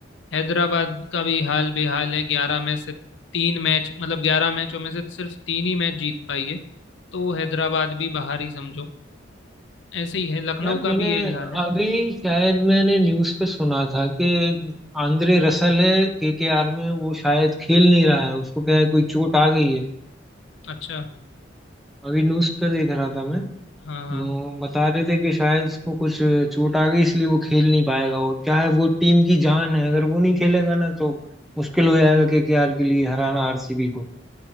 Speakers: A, on the left; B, in the centre.
A: हैदराबाद का भी हाल बेहाल है ग्यारह में से तीन मैच मतलब ग्यारह मैचों में से सिर्फ तीन ही मैच जीत पाई है तो हैदराबाद भी बाहर ही समझो ऐसे ही है लखनऊ
B: यार
A: का
B: मैंने
A: भी यही हाल है
B: अभी शायद मैंने न्यूज़ पे सुना था कि आंद्रे रसल है केकेआर में वो शायद खेल नहीं रहा है उसको क्या है कोई चोट आ गई है
A: अच्छा
B: अभी न्यूज़ पे देख रहा था मैं
A: हाँ
B: अ,
A: हाँ
B: बता रहे थे कि शायद उसको कुछ चोट आ गई इसलिए वो खेल नहीं पाएगा और क्या है वो टीम की जान है अगर वो नहीं खेलेगा ना तो मुश्किल हो जाएगा केकेआर के लिए हराना आरसीबी को